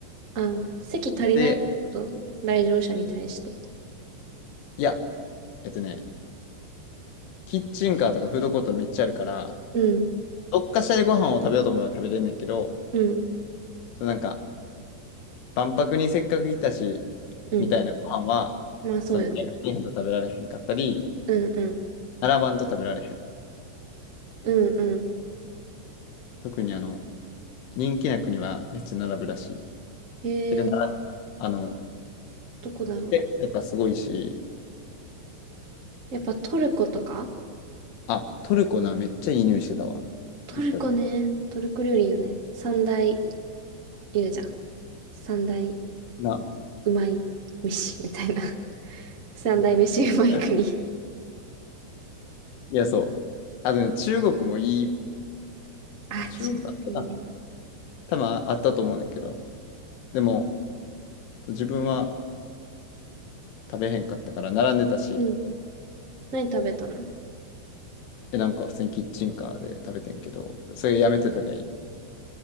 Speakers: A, on the right; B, on the left.
A: あ席足りないってこと来場者に対して。
B: で、いや、えっとね、キッチンカーとかフードコートめっちゃあるから、
A: うん、
B: どっかしらでご飯を食べようと思えば食べれんねんけど、
A: うん、
B: そうなんか、万博にせっかく来たし、
A: うん。
B: みたいなご飯は、
A: まあそうよね。
B: その、日本と食べられへんかったり、
A: うん、うん。
B: 並ばんと食べられへん。
A: うんうん。
B: 特にあの、人気な国はめっちゃ並ぶらしい。
A: えー、
B: てか、なあの、
A: どこだろう。
B: イタリアとかすごいし、
A: やっぱトルコとか
B: あ、トルコな、めっちゃいい匂いしてたわ。
A: トルコね。
B: 行った時。
A: トルコ料理よね。三大言うじゃん。三大
B: な、
A: うまい飯みたいな。<laughs> 三大飯うまい国。
B: <laughs> いや、そう。あとね、中国もいい、
A: あ、
B: 中国あったかな
A: 中国いいね。
B: 多分あったと思うねんだけど、でも、自分は食べへんかったから並んでたし、
A: うん。何食べたの
B: え、なんか普通にキッチンカーで食べてんけど、それやめてた方がいい。